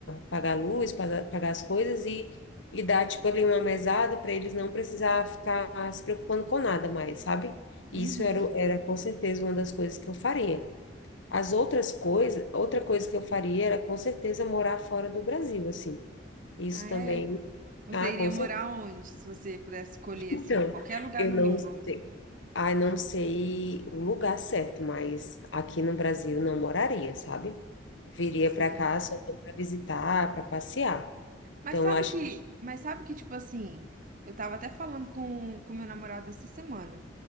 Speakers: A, on the left; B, on the right.
A: pagar luz, pagar, pagar as coisas e e dar tipo ali uma mesada para eles não precisar ficar se preocupando com nada mais, sabe? Isso
B: Uhum.
A: era, o- era com certeza uma das coisas que eu faria. As outras coisas, outra coisa que eu faria era com certeza morar fora do Brasil, assim. Isso
B: Ah,
A: também.
B: é? Você
A: Ah, com
B: iria
A: certeza.
B: morar onde, se você pudesse escolher,
A: Então,
B: assim, um- qualquer lugar
A: eu
B: no
A: não
B: mundo?
A: sei. Ah, não sei o lugar certo, mas aqui no Brasil não moraria, sabe? Viria
B: Sim.
A: para cá só para visitar, para passear.
B: Mas
A: Então,
B: sabe
A: acho
B: que,
A: que.
B: mas sabe que, tipo assim, eu tava até falando com com meu namorado essa semana.